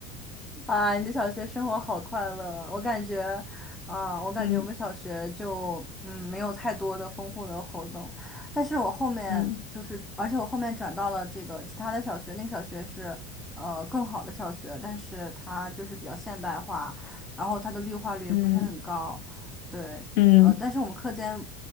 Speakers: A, in the centre; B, on the left (about 80°).
A: 啊，你的小学生活好快乐！我感觉，啊，我感觉我们小学就嗯没有太多的丰富的活动，
B: 嗯
A: 但是我后面就是，
B: 嗯
A: 而且我后面转到了这个其他的小学，那个小学是呃更好的小学，但是它就是比较现代化，然后它的绿化率也不是很高，
B: 嗯
A: 对，
B: 嗯
A: 呃，但是我们课间